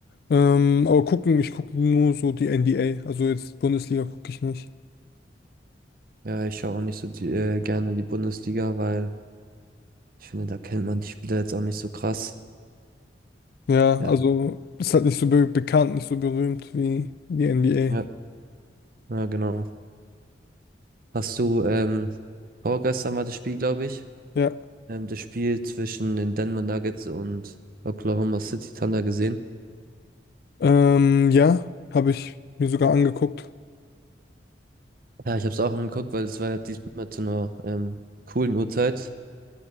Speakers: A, on the left (about 55°); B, on the right (about 50°).
A: Ähm, aber gucken, ich gucke nur so die NBA. Also jetzt Bundesliga gucke ich nicht.
B: Ja, ich schaue auch nicht so die, äh, gerne die Bundesliga, weil ich finde, da kennt man die Spieler jetzt auch nicht so krass.
A: Ja,
B: Ja,
A: also ist halt nicht so be bekannt, nicht so berühmt wie die NBA.
B: ja, ja, genau. Hast du, ähm, vorgestern war das Spiel, glaube ich.
A: Ja.
B: ähm, das Spiel zwischen den Denver Nuggets und Oklahoma City Thunder gesehen.
A: Ähm, ja, habe ich mir sogar angeguckt.
B: Ja, ich habe es auch angeguckt, weil es war ja diesmal zu einer ähm, coolen Uhrzeit.